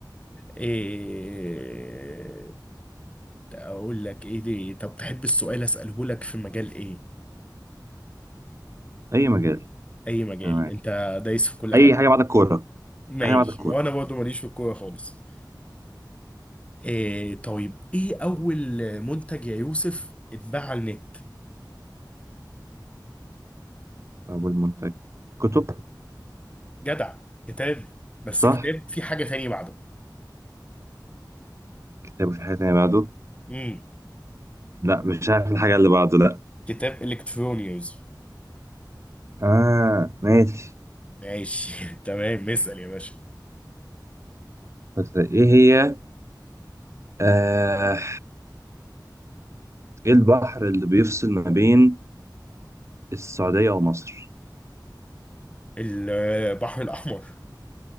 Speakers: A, on the left (about 15°); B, on the right (about 40°).
A: إيه أقول لك إيه دي طب تحب السؤال أسأله لك في مجال إيه؟
B: اي مجال
A: أي مجال
B: تمام
A: أنت دايس في كل
B: اي
A: حاجة
B: حاجه بعد الكوره
A: ماشي
B: اي حاجه بعد الكوره
A: وأنا برضه ماليش في الكورة خالص إيه طيب ايه اول منتج يا يوسف اتباع على النت
B: ابو المنتج كتب
A: جدع كتاب بس
B: صح
A: كتاب في حاجة تانية بعده
B: كتاب في حاجه تانيه بعده
A: امم
B: لا مش عارف الحاجه اللي بعده لا
A: كتاب الكتروني يا يوسف
B: اه ماشي
A: ماشي <laughs> تمام اسأل يا باشا
B: بس ايه هي آه ايه البحر اللي بيفصل ما بين السعوديه ومصر
A: البحر الاحمر